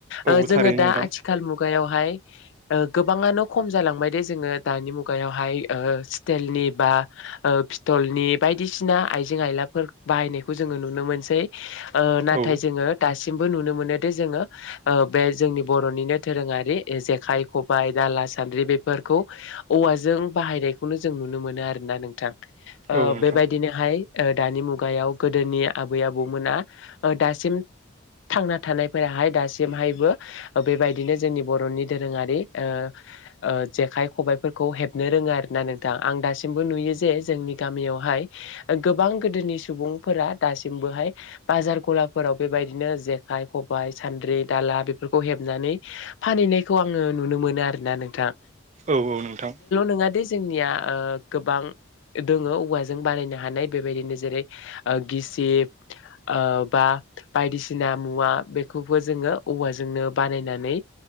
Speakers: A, on the right; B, on the left.
A: औ
B: ओ जोङो
A: थारैनो नोंथां
B: दा आथिखाल मुगायावहाय गोबाङानो खम जालांबाय दे जोङो दानि मुगायावहाय ओ स्टेलनि बा पिथलनि ओ बायदिसिना आइजें आयलाफोर बाहायनायखौ जों नुनो मोनसै ओ नाथाय
A: औ
B: जोङो दासिम सिमबो नुनो मोनो दि जोङो बे जोंनि बर'निनो दोरोङारि जेखाइ खबायाइ दाला सानद्रि बेफोरखौ औवाजों बाहायनायखौनो जों नुनो मोनो आरोना नोंथां
A: औ नोंथां
B: बेबायदिनोहाय ओ दानि मुगायाव गोदोनि आबै आबौमोना दासिम थांना थानायफोराहाय दासिमहायबो बेबायदिनो जोंनि बर'नि दोरोङारि ओ ओ जेखाय खबायाइफोरखौ हेब नो रोङा आरोना नोंथां आं दासिमबो नुयो जे जोंनि गामियावहाय गोबां गोदोनि सुबुं फोरा दासिबोहाय बाजार गलाफोराव बेबायदिनो जेखाइ खबायाइ सान्द्रि दाला बे बेफोरखौ हेबनानै फानहैनायखौ आङो नुनो मोनो आरोना नोंथां।
A: औ औ नोंथां।
B: नङादे जोंनिया ओ गोबां दोङो औवाजों बानायनो हानाय बेबायदिनो जेरै ओ गिसिब ओ बा बायदिसिना मुवा बेखौबो जोङो औवाजोंनो बानायनानै